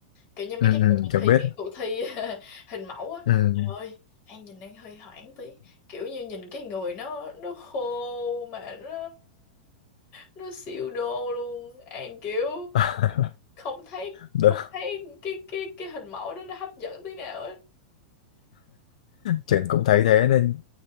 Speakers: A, on the left; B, on the left.
A: kiểu như mấy
B: Ừ,
A: cái
B: ừ,
A: cái bài
B: chẳng
A: thi
B: biết.
A: mấy cái cuộc thi <laughs> hình mẫu á
B: Ừ.
A: trời ơi An nhìn An hơi hoảng tí kiểu như nhìn cái người nó nó khô mà nó nó siêu đô luôn An kiểu
B: <laughs>
A: không thấy
B: Đúng.
A: không thấy cái cái cái hình mẫu đó nó hấp dẫn tí nào á
B: Trường cũng thấy thế nên